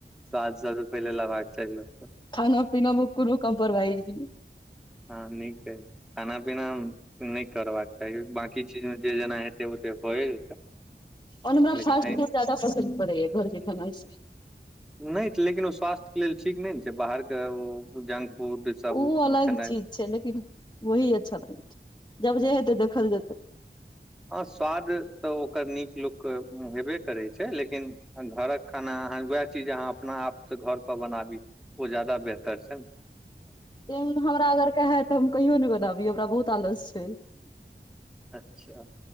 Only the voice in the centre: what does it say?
स्वाद सबस पहिले लेबाक चाही लोक के।
हँ नीक अय खाना पीना नहि करबाक चाही बाकी चीज मे जे जेना हेतै ओते भए जेतै।
लेकिन
एहि
नहि त लेकिन ओ स्वास्थ्य के लेल ठीक नहि ने छै बाहर के ओ जंक फूड सब
खेनाइ
हॅं स्वाद तऽ ओकर नीक लोक के हेबे करै छै लेकिन घरक खाना अहाँ उएह चीज अहाँ अपना आपसँ घरपर बनाबी। ओ जादा बेहतर छै न।
अच्छा।